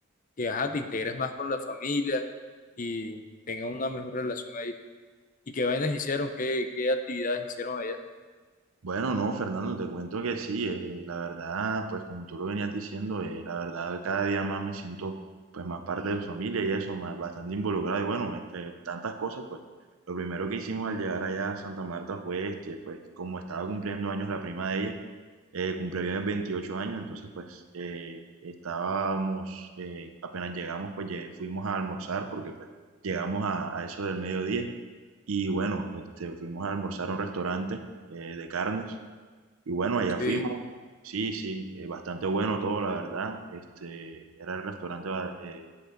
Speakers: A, on the left (about 40°); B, on the right (about 80°).
A: que ajá, te integres más con la familia y tengas una mejor relación ahí. ¿Y qué vainas hicieron? ¿Qué, qué actividades hicieron allá?
B: Bueno, no, Fernando, te cuento que sí, eh, la verdad, pues como tú lo venías diciendo, eh, la verdad cada día más me siento pues más parte de su familia y eso, más bastante involucrado. Y bueno, entre tantas cosas, pues lo primero que hicimos al llegar allá a Santa Marta fue este, pues como estaba cumpliendo años la prima de ella, eh, cumplió ya 28 años, entonces pues eh, estábamos, eh, apenas llegamos, pues lle- fuimos a almorzar porque pues llegamos a, a eso del mediodía. Y bueno, este, fuimos a almorzar a un restaurante eh, de carnes. Y bueno, allá
A: Sí.
B: fuimos. Sí, sí, eh, bastante bueno todo, la verdad. Este, era el restaurante eh,